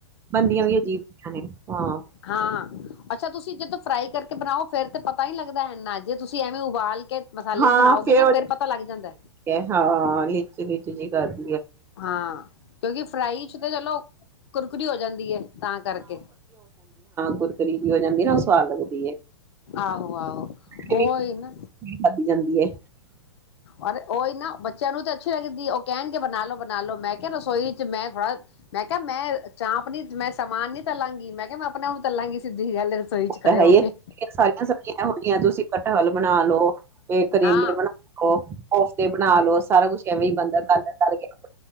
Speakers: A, on the right; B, on the left.
A: ਬਣਦੀਆਂ ਵੀ ਅਜੀਬ ਨੇ ਹਾਂ
B: ਹਾਂ ਅੱਛਾ ਤੁਸੀਂ ਜਦੋਂ ਫਰਾਈ ਕਰਕੇ ਬਣਾਓ ਫੇਰ ਤੇ ਪਤਾ ਨੀ ਲੱਗਦਾ ਇਨਾ ਜੇ ਤੁਸੀਂ ਐਵੇਂ ਉਬਾਲ ਕੇ ਮਸਾਲੇ
A: ਹਾਂ
B: ਚ ਬਣਾਓਗੇ
A: ਫੇਰ
B: ਨਾ
A: ਉਹ
B: ਫਿਰ ਪਤਾ ਲੱਗ ਜਾਂਦਾ।
A: ਹੈ ਹਾਂ <unintelligible>
B: ਹਾਂ ਕਿਉਂਕਿ ਫਰਾਈ ਚ ਤੇ ਚਲੋ ਕੁਰਕੁਰੀ ਹੋ ਜਾਂਦੀ ਹੈ ਤਾਂ ਕਰਕੇ।
A: ਕੁਰਕੁਰੀ ਜੀ ਹੋ ਜਾਂਦੀ ਨਾ। ਸਵਾਦ ਲੱਗਦੀ ਹੈ
B: ਆਹੋ ਆਹੋ
A: <inaudible>
B: ਉਹੀ ਨਾ
A: ਖਾਦੀ ਜਾਂਦੀ <unintelligible>
B: ਔਰ ਉਹੀ ਨਾ ਬੱਚਿਆਂ ਨੂੰ ਤਾਂ ਅੱਛੀ ਲੱਗਦੀ ਉਹ ਕਹਿਣਗੇ ਬਣਾਲੋ ਬਣਾਲੋ ਮੈਂ ਕਿਹਾ ਰਸੋਈ ਚ ਮੈਂ ਥੋੜਾ ਮੈਂ ਕਿਹਾ ਮੈਂ ਚਾਪ ਨੀ ਮੈਂ ਸਮਾਨ ਨੀ ਤੱਲਾਂਗੀ ਮੈਂ ਕਿਹਾ ਮੈਂ ਆਪਣਾ ਨੂੰ ਤੱਲਾਂਗੀ ਸਿੱਧੀ ਗੱਲ ਰਸੋਈ ਚ ਖੜੇ
A: ਹੈ
B: ਹੋ ਕੇ
A: ਸਾਰੀਆਂ ਸਬਜ਼ੀਆਂ ਇਹੋ ਜਿਹੀਆਂ ਤੁਸੀਂ ਦਾਲ ਬਣਾ ਲੋ ਕਰੇਲੇ
B: ਹਾਂ
A: ਬਣਾ ਲਓ ਕੋਫਤੇ ਬਣਾ ਲੋ ਸਾਰਾ ਕੁਛ ਐਵੇਂ ਹੀ ਬਣਦਾ ਤਲ-ਤਲ ਕੇ